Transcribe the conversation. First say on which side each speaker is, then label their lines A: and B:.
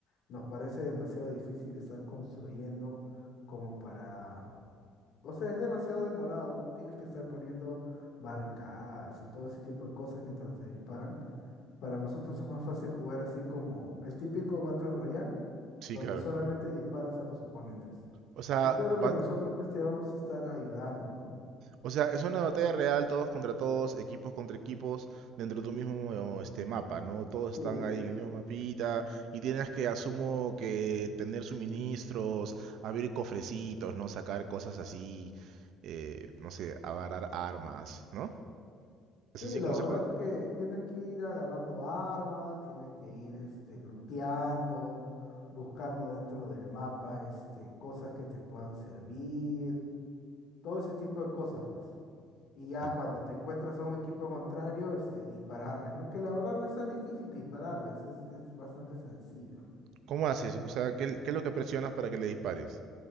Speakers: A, on the left; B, on the right.
A: nos parece demasiado difícil estar construyendo como para... O sea, es demasiado demorado, ¿no? Tienes que estar poniendo barricadas y todo ese tipo de cosas mientras te disparan. Para nosotros es más fácil jugar así como el típico Battle Royale,
B: Sí,
A: donde
B: claro.
A: solamente disparas a los oponentes.
B: O sea,
A: Y claro
B: va,
A: que nosotros pues te vamos a estar ayudando, ¿no?
B: O sea, es una batalla real, todos contra todos, equipos contra equipos, dentro de un mismo este mapa, ¿no? Todos están
A: Sí,
B: ahí en el mismo mapita y tienes que, asumo, que tener suministros, abrir cofrecitos, ¿no? Sacar cosas así, eh, no sé, agarrar armas, ¿no? ¿Es
A: sí,
B: así
A: la
B: como
A: verdad
B: se juega?
A: que tienes que ir agarrando armas, tienes que ir este, looteando, buscando dentro del mapa este, cosas que te puedan servir, todo ese tipo de cosas, pues. Y ya
B: No.
A: cuando te encuentras a un equipo contrario, este, dispararles, ¿no? Que la verdad no es tan difícil dispararles, es, es bastante sencillo.
B: ¿Cómo haces? O sea, ¿qué, qué es lo que presionas para que le dispares?